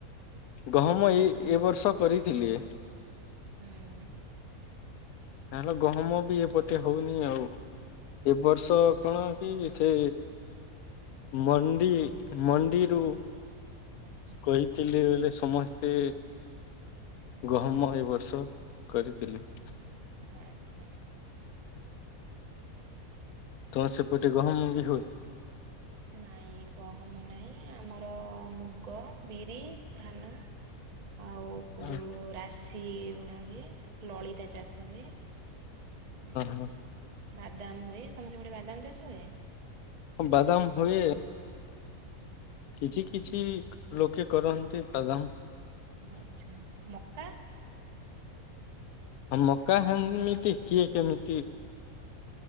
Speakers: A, on the left; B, on the right.
A: ଗହମ ଏଇ ଏ ବର୍ଷ କରିଥିଲି।
B: ହୁଁ।
A: ତାହେଲେ ଗହମ ବି ଏପଟେ ହଉନି ଆଉ। ଏ ବର୍ଷ କଣ କି ସେ ମଣ୍ଡି ମଣ୍ଡିରୁ
B: ଆଚ୍ଛା
A: କହି ଥିଲି ବୋଲି ସମସ୍ତେ, ଗହମ ଏ ବର୍ଷ କରିଥିଲେ।
B: ଆଚ୍ଛା।
A: ତମ ସେପଟେ ଗହମ ବି ହୁଏ?
B: ନାଇଁ ଗହମ ନାହିଁ ଆମର ମୁଗ ବିରି ଧାନ ଆଉ
A: ହଁ
B: ଯୋଉ ରାସ୍ ସିଉଣା ହୁଏ। ଲଳିତା ଚାଷ ହୁଏ। ହୁଁ
A: ହଁ
B: ବାଦାମ ହୁଏ। ତମ ର ସେ ପଟେ ବାଦାମ ଚାଷ ହୁଏ?
A: ବାଦାମ ହୁଏ କିଛି କିଛି ଲୋକେ କରନ୍ତି ବାଦାମ।
B: ଆଛା। ମକା?
A: ମକା ହେମିତି କିଏ କେମିତି